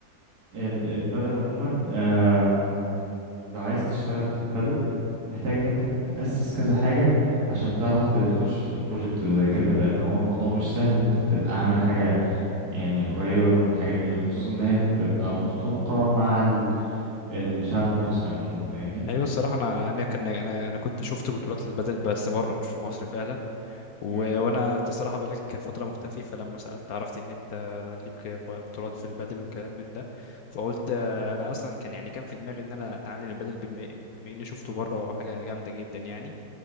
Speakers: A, on the right; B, on the left.
A: ال- البدل عموما آه، لو عايز تشتغل في البدل محتاج ان انت تأسس كذا حاجه عشان تعرف ت- تخش في البروجكت زي كده لان هو الموضوع مش سهل ان انت تبقى عامل حاجه يعني قريبه من الحاجه دي خصوصا ان هي تبقى متطابقه مع ال- الشعب المصري عموما فاهمني
B: ايوه الصراحه انا انا أنا كان انا انا كنت شفت بطولات البادل بس بره مش في مصر فعلا و...
A: امم
B: وانا انت الصراحه بقالك فتره مختفي فلما سالت عرفت ان انت ليك ب- بطولات في البادل وكلام من ده فقلت آه، انا اصلا كان يعني كان في دماغي ان انا اتعلم البادل بما بما اني شفته بره حاجه جامده جدا يعني